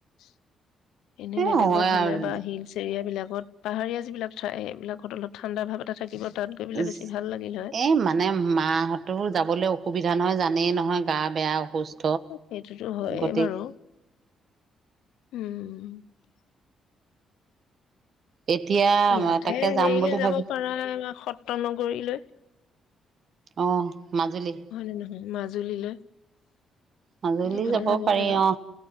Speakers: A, on the left; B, on the right.
A: <inaudible> এনেই
B: এ
A: বেলেগত
B: হয়
A: হলে
B: আৰু
A: বা হিলচ এৰিয়া বিলাকত পাহাৰীয়া যিবিলাক ঠাই এইবিলাকত অলপ ঠাণ্ডা ভাৱ এটা থাকিব। তাত গৈ পেলাই
B: এ
A: বেছি ভাল লাগিল হয়।
B: মানে মাহঁতৰ যাবলৈ অসুবিধা জানাই জানেই নহয় গা বেয়া অসুস্থ।
A: সেইটোতো হয়ে
B: গতিকে
A: বাৰু! উম ম।
B: এতিয়া
A: ইয়াতে
B: তাকে যাম
A: হেৰিলে
B: বুলি
A: যাব
B: ভাবি
A: পাৰা সত্ৰ নগৰীলৈ।
B: অ মাজুলী।
A: হয়নে নহয় মাজুলীলৈ
B: মাজুলী
A: সেইফালে
B: যাব পাৰি
A: পাৰা
B: অ।